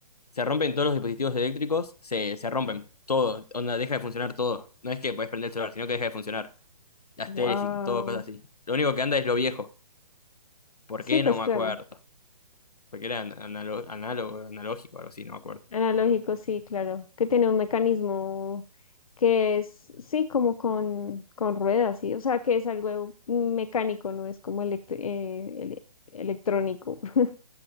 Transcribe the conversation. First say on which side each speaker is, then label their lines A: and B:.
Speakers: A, on the left; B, on the left.
A: se rompen todos los dispositivos eléctricos, se, se rompen, todo, onda, deja de funcionar todo. No es que podés prender el celular, sino que deja de funcionar. Las
B: wow.
A: teles y todo, cosas así. Lo único que anda es lo viejo. ¿Por
B: Sí,
A: qué?
B: pues
A: No me
B: claro,
A: acuerdo. Porque era analo- análogo, analógico, algo así, no me acuerdo.
B: analógico, sí, claro, que tiene un mecanismo que es, sí, como con, con ruedas, sí, o sea, que es algo mecánico, no es como elect- eh, ele- electrónico, <laughs>